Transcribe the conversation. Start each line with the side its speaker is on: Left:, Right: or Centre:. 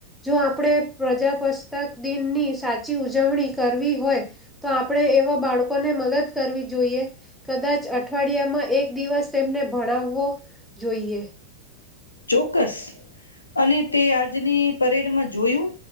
Centre: જો આપડે પ્રજા બસ તક દિન ની સાચી ઉ ઉજવણી કરવી હોય, તો આપણે એવા બાળકોને મદદ કરવી જોઈએ, કદાચ અઠવાડિયામાં એક તેમને ભણાવવો જોઈએ.
Left: ચોક્કસ, અને તે આજની પરેડમાં જોયું,